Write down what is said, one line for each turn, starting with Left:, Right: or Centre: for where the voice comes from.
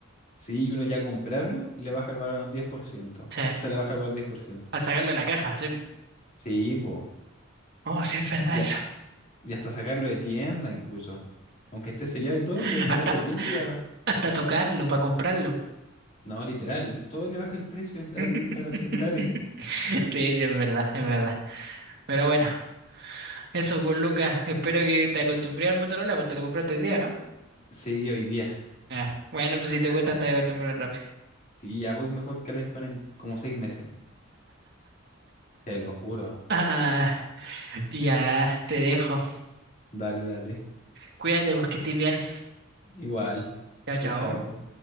Left: Sí, y uno ya comprarlo, le baja el valor a un diez por ciento.
Right: Sí,
Left: O sea, le baja el valor 10%.
Right: al sacarlo de la caja, sí.
Left: Sí, po.
Right: Oh, sí, es verdad
Left: Ya,
Right: eso.
Left: ya hasta sacarlo de tienda incluso. Aunque esté sellado y todo,
Right: <laughs>
Left: pero sacarlo
Right: Hasta,
Left: de tienda ya...
Right: hasta tocarlo para comprarlo.
Left: No, literal, todo le baja el precio al- al-
Right: <laughs>
Left: a los celulares.
Right: Sí, sí, es verdad, es verdad. Pero bueno, eso pues Lucas, espero que te acostumbré al Motorola, porque te lo compraste hoy día, ¿no?
Left: Sí, hoy día.
Right: Ah, bueno, pues si te gustan te voy a acostumbrar rápido.
Left: Sí, ya voy mejor que el iPhone en como seis meses. Te lo juro.
Right: Ah. Ya te dejo.
Left: Dale, dale.
Right: Cuídate, pues que estés bien.
Left: Igual.
Right: Chao,
Left: Chao,
Right: chao.
Left: chao.